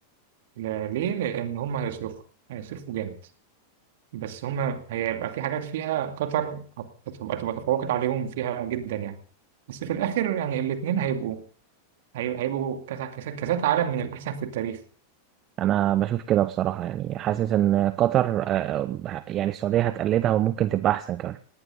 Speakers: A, on the right; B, on the right.
A: لا- ليه لان هم هيصرفوا هيصرفوا جامد بس هم هيبقى في حاجات فيها قطر هتبقى تبقى تفوقت عليهم فيها جدا يعني بس في الاخر يعني الاثنين هيبقوا هي- هيبقوا كاس كاس- كاسات عالم من الأحسن في التاريخ
B: انا بشوف كده بصراحه يعني حاسس ان قطر آه، يعني السعوديه هتقلدها وممكن تبقى احسن كمان